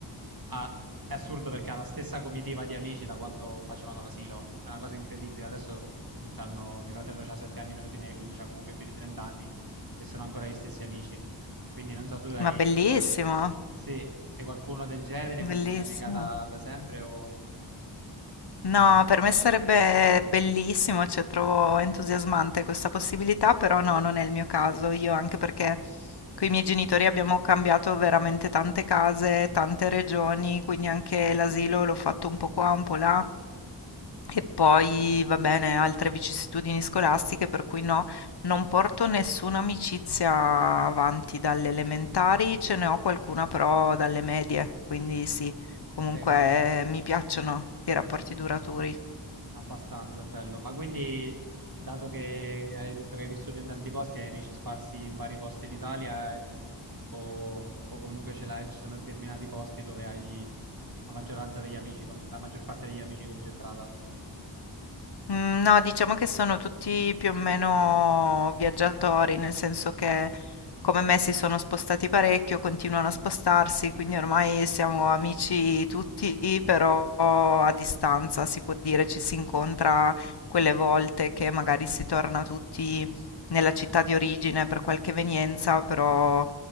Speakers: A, on the right; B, on the left.
A: ha- è assurdo perché ha la stessa comitiva di amici da quando facevano l'asilo. È una cosa incredibile. Adesso c'hanno, mio fratello ha 7 anni meno di me, quindi ha comunque più di 30 anni e sono ancora gli stessi amici. Quindi non so, tu hai,
B: Ma bellissimo,
A: sì, hai qualcuno del genere con
B: bellissimo.
A: cui sei amica da, da sempre o,
B: No,
A: o no?
B: per me sarebbe bellissimo, cioè trovo entusiasmante questa possibilità, però no, non è il mio caso. Io anche perché con i miei genitori abbiamo cambiato veramente tante case, tante regioni, quindi anche l'asilo l'ho fatto un po' qua, un po' là. E poi, va bene, altre vicissitudini scolastiche, per cui no, non porto nessuna amicizia avanti dalle elementari, ce ne ho qualcuna però dalle medie, quindi sì, comunque
A: Ok, quindi
B: eh, mi piacciono i rapporti duraturi.
A: abbastanza bello. Ma quindi, dato che hai detto che hai vissuto in tanti posti, hai amici sparsi in vari posti d'Italia eh, o, o comunque ce l'hai, ci sono determinati posti dove hai la maggioranza degli amici, con- la maggior parte degli amici concentrata.
B: Mm, No, diciamo che sono tutti più o meno viaggiatori, nel senso che come me si sono spostati parecchio, continuano a spostarsi, quindi ormai siamo amici tutti, però a distanza si può dire, ci si incontra quelle volte che magari si torna tutti nella città di origine per qualche evenienza, però